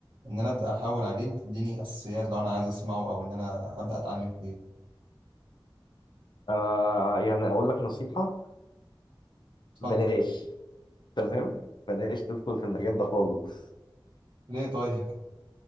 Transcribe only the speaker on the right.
ان انا ابدا احاول عليه وتديني اساسيات لو انا عايز اسمعه او ان انا ابدا اتعلم فيه
اتفضل
ليه طيب <laughs>